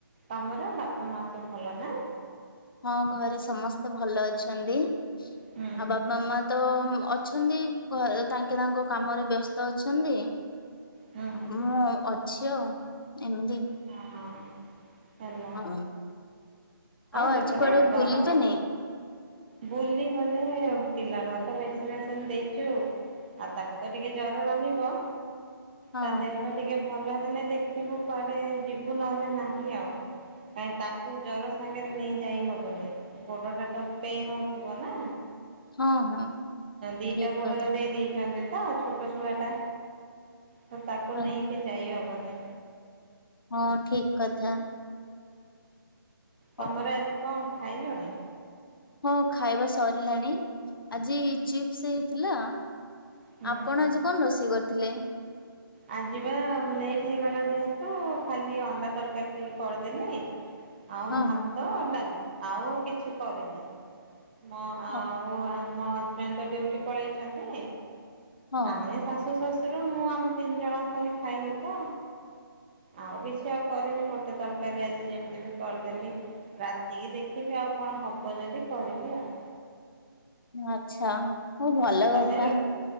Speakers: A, on the right; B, on the left.
A: ତମର ବାପା ମା ସବୁ ଭଲ ନା
B: ହଁ ଘରେ ସମସ୍ତେ ଭଲ ଅଛନ୍ତି
A: ହୁଁ
B: ଆଉ ବାପ ମମା ତ ଅଛନ୍ତି ଘ ତାଙ୍କେ ତାଙ୍କ କାମରେ ବ୍ୟସ୍ତ ଅଛନ୍ତି
A: ହୁଁ ହୁଁ
B: ମୁଁ
A: ହୁଁ
B: ଅଛି ଆଉ ଁ ଏନ୍ତି
A: ହଁ ହେଲା
B: ହଁ ଆଉ
A: ସେପଟେ
B: ଆଜି କୁଆଡେ
A: ଗରମ
B: ବୁଲିଛନ
A: ବୁଲି ମାନେ ପିଲାର ତ ଭ୍ୟାକ୍ସିନେସନ ଦେଇଛୁ ଆଉ ତାକୁ ତ ଟିକେ ଜର ରହିବ
B: ହଁ
A: ତା ଦେହ ଟା ଟିକେ ଭଲ ହେଲେ ଦେଖିବୁ କୁଆଡେ ଯିବୁ ନହେଲେ ନାହିଁ ଆଉ କାଁ ତାକୁ ଜର ସାଙ୍ଗରେ ନେଇ ଯାଇ ହବନି ଗୋଡ ଟା ତ ପେନ ହଉଥିବ ନା
B: ହଁ ହଁ
A: ଦିଟା
B: ଠିକ
A: ଗୋଡରେ
B: କଥା
A: ଦେଇ ଦେଇେଇଛନ୍ତି ତ ଛୋଟ ଛୁଆ ଟା ତ ତାକୁ
B: ହଁ
A: ନେଇକି ଯାଇ ହବ ହ
B: ହଁ ଠିକ କଥା ହଉ।
A: ତମର ଆଜି କଣ ଖାଇଲଣି
B: ହଁ ଖାଇବା ସରିଲାଣି ଆଜି ଚିପ୍ସ ହେଇଥିଲା
A: ହୁଁ
B: ଆପଣ ଆଜି କଣ ରୋଷେଇ କର ଥିଲେ
A: ଆ ଯିବା ଲେଟ୍ ହେଇଗଲା ଯେହେତୁ ଖାଲି ଅଣ୍ଡା ତରକାରୀ ଟିକେ କରିଦେଲି ଆଉ
B: ହଁ
A: ଭାତ
B: ହଁ
A: ଅଣ୍ଡାଲି ଆଉ କିଛି କରିନି ମ ଆ ଆ
B: ହଁ
A: ମୋ ହଜବେଣ୍ଡ ତ ଡୁଟି ପଳେଇଛନ୍ତି
B: ହଁ
A: ଆମେ ଶାଶୁ ଶାଶୁ ମୁଁ ଆମେ ତିନି ଜଣ ଖାଲି ଖାଇଲୁ ତ ଆଉ କିଛି ଆଉ କରିନି ଗୋଟେ ତରକାରୀ ଆଜି ଯେମିତି ବି କରିଦେଲି ରାତିକି ଦେଖିବି ଆଉ କଣ ହବ ଯଦି କରିବି ଆଉ
B: ଆଚ୍ଛା ହଁ
A: ହୁଁ
B: ଭଲ
A: ତମେ
B: କଥା